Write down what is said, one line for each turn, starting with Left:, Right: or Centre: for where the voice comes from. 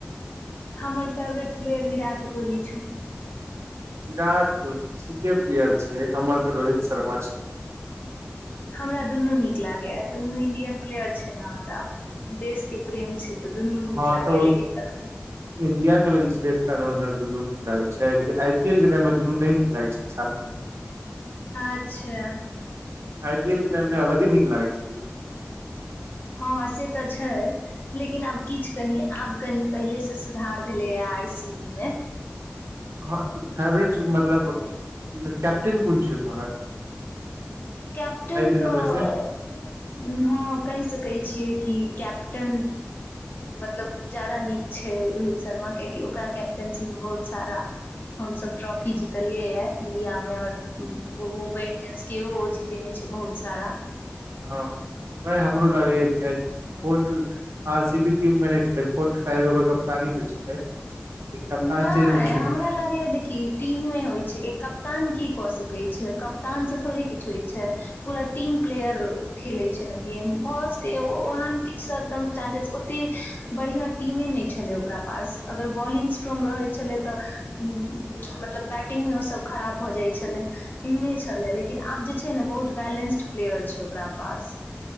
Left: हमर फेवरेट प्लेयर विराट कोहली छौ
Right: विराट कोहली ठीके प्लेयर छै हमर तऽ रोहित शर्मा छै
Left: हमरा दुनू नीक लागैया दुनू इंडियन प्लेयर छै ने तऽब देश के प्रेम छै तऽ दुन्नू नीक
Right: हँ
Left: लागैया
Right: तऽ
Left: लेकिन तखनो
Right: इंडिया के लेल दुनू नीक लागैत छै लेकिन आई पी एल के टाइममे दुनू नहि नीक लागैत छै साथमे
Left: अच्छा
Right: आई पी एल के टाइममे अलगे नीक लागे छै
Left: हँ से तऽ छै लेकिन आब किछ कही आब कनि पहिलेसँ सुधार भेलैए आर सी बी मे
Right: ह फेवरेट मतलब कैप्टेन कोन छौ तोहर
Left: कैप्टन
Right: एहि दुनू
Left: तऽ
Right: मे से
Left: हँ कहि सकैत छियै कि कैप्टन मतलब जादा नीक छै रोहित शर्मा कियाकि ओकरा कैप्टेनशी मे बहुत सारा हमसब ट्रॉफी जीतलियै य इंडिया में और मुम्बई इंडियन्स केओ ओ जीत देने छै बहुत सारा
Right: हँ उएह हमरो लागैए किये कोर्ट आर सी बी टीममे नहि छलै कोर्ट शायद ओकर कप्तानीमे छलै कप्तान
Left: नहि
Right: चेंज भेलै
Left: हमरा लागैया देखी टीम मे होइ छै कप्तान की क सकैत छै कप्तान से थोड़े किछु होइ छै पूरा टीम प्लेयर खेले छै ने गेम भ ओ सकैया ओहन किछ सर कम चानंसेस ओते बढ़िया टीमे नहि छलै ओकरा पास अगर बॉलिंग स्ट्रोंग रहै छलै तऽ मतलब बैटिंगमे ओसभ खराब भऽ जाइ छलै एहने छलै लेकिन आब जे छै ने बहुत बैलेंस्ड प्लेयर छै ओकरा पास